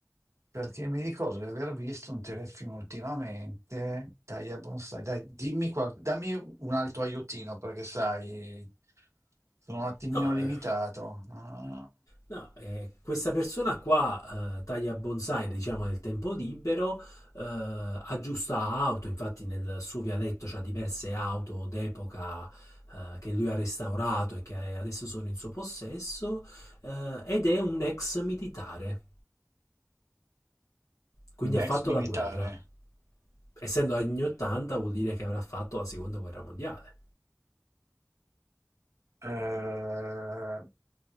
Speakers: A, on the right (about 65°); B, on the left (about 85°).
A: perché mi ricordo di aver visto un telefilm ultimamente. Taglia bonsai, dai, dimmi qua, dammi un altro aiutino perché sai, sono un attimino
B: No,
A: limitato.
B: eh,
A: Ah,
B: No, eh, questa persona qua eh, taglia bonsai, diciamo, nel tempo libero, eh, aggiusta auto, infatti nel suo vialetto c'ha diverse auto d'epoca eh, che lui ha restaurato e che adesso sono in suo possesso, eh, ed è un ex militare, quindi
A: Un
B: ha fatto
A: ex militare.
B: la guerra. Essendo anni 80 vuol dire che avrà fatto la seconda guerra mondiale.
A: Eh,